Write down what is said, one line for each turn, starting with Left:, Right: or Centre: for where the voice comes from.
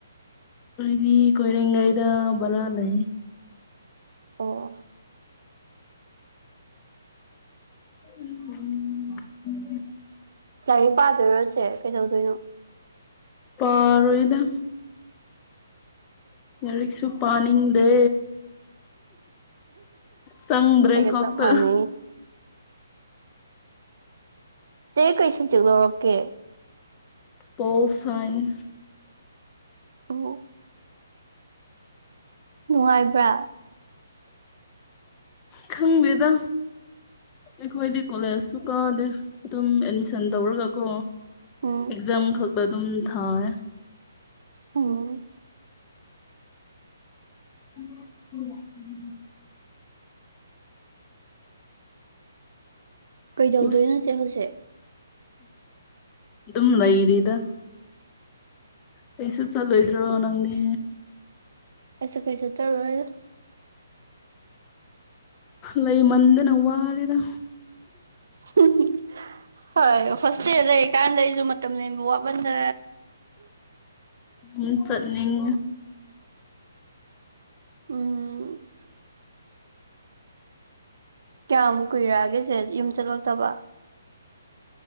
Left: ꯗꯤ ꯀꯣꯏꯔꯒꯥꯏꯗ ꯕꯂ ꯑꯂ
Right: ꯑꯣ
Left: ꯎꯝ ꯎꯝ
Right: ꯂꯥꯏꯔꯤꯛ ꯄꯥꯗꯣꯏꯔꯣꯁꯦ ꯀꯩꯗꯧꯗꯣꯏꯅꯣ
Left: ꯄꯔꯣꯏꯗ ꯌꯥꯔꯤꯛꯁꯨ ꯄꯥꯅꯤꯡꯗꯦ ꯆꯪꯗ꯭ꯔꯦ
Right: ꯍꯒ
Left: ꯀꯣꯛꯇ
Right: ꯆ ꯃꯅꯤ ꯆꯦ ꯀꯩ ꯁꯨꯝ ꯆꯦꯛ ꯂꯧꯔꯛꯀꯦ
Left: ꯄꯣꯜ ꯁꯥꯏꯟꯁ
Right: ꯑꯣ ꯅꯨꯡꯉꯥꯏꯕ꯭ꯔꯥ
Left: ꯈꯪꯃꯦꯗ ꯑꯩꯈꯣꯏꯗꯤ ꯀꯣꯂꯦꯖꯁꯨ ꯀꯥꯗꯦ ꯑꯗꯨꯝ ꯑꯦꯠꯃꯤꯁꯟ ꯇꯧꯔꯒ ꯀꯣ
Right: ꯎꯝ
Left: ꯑꯦꯛꯖꯥꯝ ꯈꯛꯇ ꯑꯗꯨꯝ ꯊꯥꯏ
Right: ꯎꯝ
Left: ꯎꯝ ꯎ ꯎꯝ
Right: ꯀꯩꯗꯧꯗꯣꯏꯅꯣꯁꯦ
Left: ꯉꯁꯤ
Right: ꯍꯧꯖꯤꯛ
Left: ꯑꯗꯨꯝ ꯂꯩꯔꯤꯗ ꯄꯦꯁ ꯆꯜꯣꯏꯗꯣ ꯅꯪꯅꯤ
Right: ꯑꯁ ꯀꯩꯁꯨ ꯊꯉꯗ
Left: ꯂꯩ ꯂꯩ ꯃꯗ ꯅꯧꯋꯥꯂꯤꯗ
Right: ꯎ ꯍꯣꯏ ꯍꯣꯁꯇꯦꯜ ꯂꯩꯔꯀꯥꯟꯗ ꯑꯩꯁꯨ ꯃꯇꯝꯕ ꯋꯥꯄꯟꯗ
Left: ꯎꯝ ꯆꯠꯅꯤꯡ
Right: ꯎꯝ ꯀꯌꯥꯝꯃꯨꯛ ꯀꯨꯏꯔꯛꯑꯒꯦꯁꯦ ꯌꯨꯝ ꯆꯠꯂꯛꯇꯕ